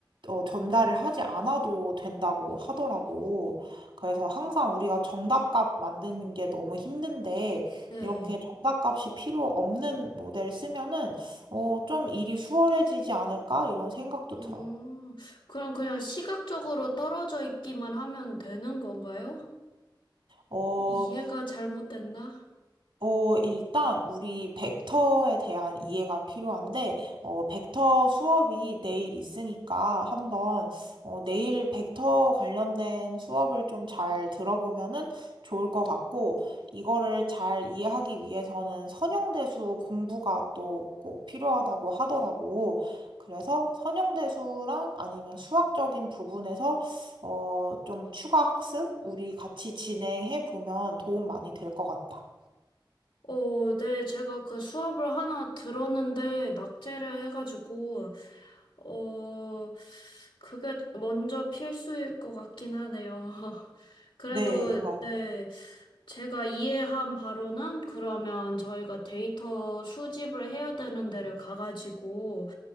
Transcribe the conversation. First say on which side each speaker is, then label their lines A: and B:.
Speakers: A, on the right; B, on the left.
A: 어, 전달을 하지 않아도 된다고 하더라고. 그래서 항상 우리가 정답값 만드는 게 너무 힘든데,
B: 네.
A: 이렇게 정답값이 필요 없는 모델 쓰면은, 어, 좀 일이 수월해지지 않을까? 이런 생각도
B: 음,
A: 들어.
B: 그럼 그냥 시각적으로 떨어져 있기만 하면 되는 건가요?
A: 어,
B: 이해가 잘못됐나?
A: 어, 일단 우리 벡터에 대한 이해가 필요한데, 어, 벡터 수업이 내일 있으니까 한번 어, 내일 벡터 관련된 수업을 좀 잘 들어보면은 좋을 것 같고, 이거를 잘 이해하기 위해서는 선형대수 공부가 또 꼭 필요하다고 하더라고. 그래서 선형대수랑 아니면 수학적인 부분에서 어, 좀 추가 학습 우리 같이 진행해 보면 도움 많이 될 것 같다.
B: 어, 네, 제가 그 수업을 하나 들었는데, 낙제를 해가지고, 어, 그게 먼저 필수일 것 같긴 하네요. <laughs> 그래도,
A: 네, 막
B: 네, 제가 이해한 바로는 그러면 저희가 데이터 수집을 해야 되는 데를 가가지고,